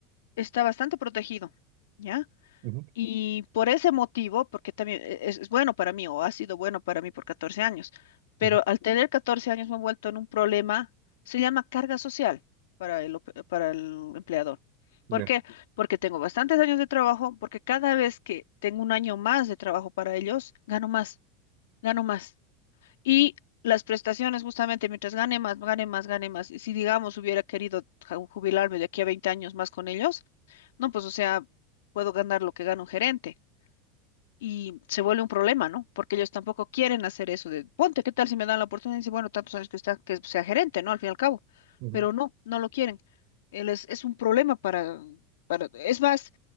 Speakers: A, on the left; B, on the right.
A: está bastante protegido, ¿ya?
B: Ujú,
A: Y por ese motivo, porque también e- es, es bueno para mí, o ha sido bueno para mí por 14 años, pero
B: ujú,
A: al tener 14 años me he vuelto en un problema, se llama carga social para el, op- para el empleador.
B: ya,
A: ¿Por qué? Porque tengo bastantes años de trabajo, porque cada vez que tengo un año más de trabajo para ellos, gano más, gano más. Y las prestaciones, justamente, mientras gane más, gane más, gane más. Y si, digamos, hubiera querido ja- jubilarme de aquí a 20 años más con ellos, no, pues, o sea, puedo ganar lo que gana un gerente. Y se vuelve un problema, ¿no? Porque ellos tampoco quieren hacer eso de, ponte, ¿qué tal si me dan la oportunidad? Y dice, bueno, tantos años que está, que sea gerente, ¿no? Al fin y al cabo.
B: ujú,
A: Pero no, no lo quieren. Él es, es un problema para, para, es más,